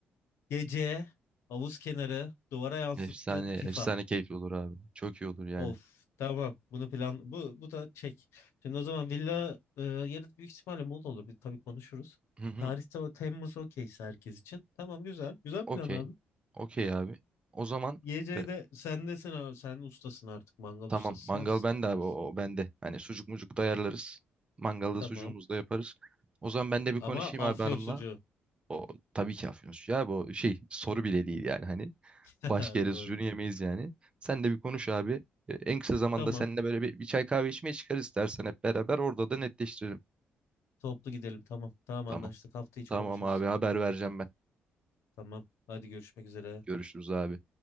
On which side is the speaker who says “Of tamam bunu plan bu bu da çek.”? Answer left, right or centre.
Left